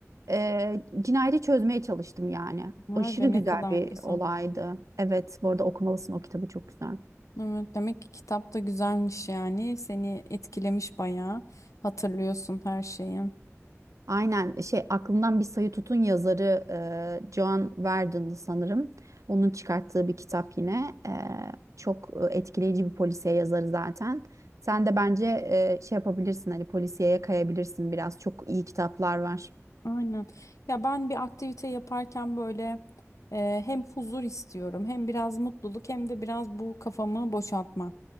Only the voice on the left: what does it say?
Vay
be
ne kadar
güzel.
Evet, demek ki kitap da güzelmiş yani. Seni etkilemiş bayağı. Hatırlıyorsun her şeyi.
Aynen. Ya ben bir aktivite yaparken böyle e, hem huzur istiyorum, hem biraz mutluluk, hem de biraz bu kafamı boşaltma.